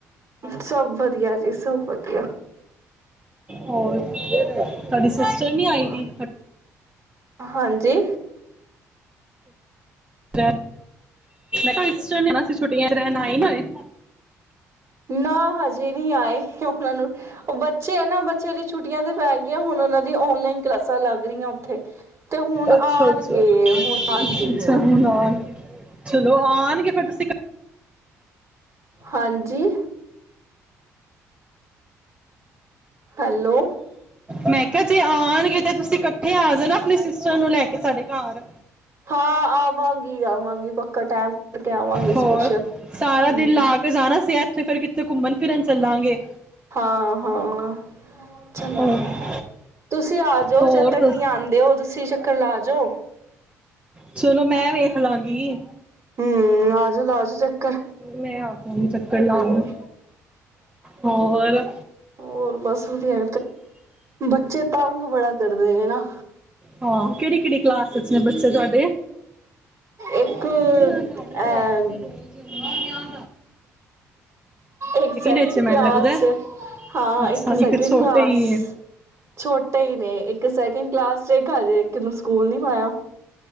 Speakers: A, on the right; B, on the right.
A: ਸਭ ਵਧੀਆ ਜੀ, ਸਭ ਵਧੀਆ।
B: ਹੋਰ, ਤੁਹਾਡੀ ਸੇ - ਸਿਸਟਰ ਨਹੀਂ
A: ਹੋਰ
B: ਆਈ ਵੀ
A: ਹਾਂਜੀ
B: ਮੈਂ ਕਿਹਾ ਤੁਹਾਡੀ ਸਿਸਟਰ ਨੇ ਆਉਣਾ ਸੀ ਛੁਟਿਆ ਚ ਰਹਿਣ, ਆਯੀ ਨੀਂ ਹਲੇ
A: ਨਾ ਹਜੇ ਨਹੀਂ ਆਏ ਉਹਨਾਂ ਨੂੰ ਉਹ ਬੱਚੇ ਨਾ ਬੱਚੇ ਦੀ ਛੁੱਟੀਆਂ ਤੇ ਪੈ ਗਈ ਹੁਣ ਉਹਨਾਂ ਦੀ ਓਨਲਾਈਨ ਕਲਾਸਾਂ ਲੱਗ ਰਹੀਆਂ ਉੱਥੇ ਤੇ ਹੁਣ
B: ਅੱਛਾ
A: ਆਉਣਗੇ
B: ਅੱਛਾ
A: ਹੁਣ ਆਉਣਗੇ
B: ਅੱਛਾ
A: ਉਹ,
B: ਹੁਣ ਆਉਣ- ਚਲੋ ਆਉਣਗੇ ਫੇਰ ਤੁਸੀਂ ਇਕੱਠੇ
A: ਹਾਂਜੀ ਹੈਲੋ
B: ਮੈਂ ਕਿਹਾ ਜੇ ਆਉਣਗੇ ਤੇ ਤੁਸੀਂ ਇਕੱਠੇ ਆ ਜਾਣਾ, ਆਪਣੇ ਸਿਸਟਰ ਨੂੰ ਲੈ ਕੇ ਸਾਡੇ ਘਰ।
A: ਹਾਂ ਆਵਾਂਗੀ- ਆਵਾਂਗੀ ਪੱਕਾ ਟੈਮ ਕਰਕੇ ਆਵਾਂਗੀ ਸਪੇਸ਼ਲ
B: ਹੋਰ ਸਾਰਾ
A: ਹਮ
B: ਦਿਨ ਲਾ ਕੇ ਜਾਣਾ ਸੀ ਇੱਥੇ ਫਿਰ ਕਿੱਥੇ ਘੁੰਮਣ ਫਿਰਨ ਚੱਲਾਂਗੇ
A: ਹਾਂ- ਹਾਂ ਚੱਲਾਂਗੇ,
B: ਹੋਰ-
A: ਤੁਸੀਂ ਆਜਓ
B: ਹੋਰ
A: ਜਦ ਤੱਕ
B: ਦੱਸ
A: ਨੀ ਆਂਦੇ ਹੋ ਤੁਸੀਂ ਚੱਕਰ ਲਾਜੋ।
B: ਚਲੋ ਮੈਂ ਵੇਖ ਲਾਂਗੀ।
A: ਹੂ, ਲਾਜੋ- ਲਾਜੋ ਚੱਕਰ।
B: ਮੈਂ ਆ ਜਾਵਾਂਗੀ ਚੱਕਰ ਲਾਉਣ
A: ਹੋਰ,
B: ਹੋਰ
A: ਹੋਰ ਬਸ ਵਧੀਆ ਬੱਚੇ ਤੰ ਤੰਗ ਬੜਾ ਕਰਦੇ ਨੇ ਨਾ
B: ਹਾਂ, ਕਿਹੜੀ- ਕਿਹੜੀ ਕਲਾਸ ਵਿਚ ਨੇ ਬੱਚੇ ਤੁ ਹਾਡੇ।
A: ਇੱਕ
B: ਮੰਮੀ ਆ ਦਿਹਾੜੀ
A: ਅ
B: ਲਵਾ ਕੇ ਤੇ ਰੋਜ਼ ਆ
A: ਇੱਕ ਸੈਕਿੰਡ
B: ਵਿੱਚ ਹੈ, ਮੈਨੂੰ
A: ਕਲਾਸ
B: ਲੱਗਦਾ ਹੈ।
A: ਚ' ਹਾਂ,
B: ਅੱਛਾ
A: ਇੱਕ ਸੈਕਿੰਡ
B: ਛੋਟੇ
A: ਕਲਾਸ,
B: ਹੀ ਹੈ
A: ਛੋਟੇ ਹੀ ਨੇ ਇੱਕ ਸੈਕਿੰਡ ਕਲਾਸ ਚ ਘਰ ਇੱਕ ਨੂੰ ਸਕੂਲ ਨੀ ਪਾਇਆ,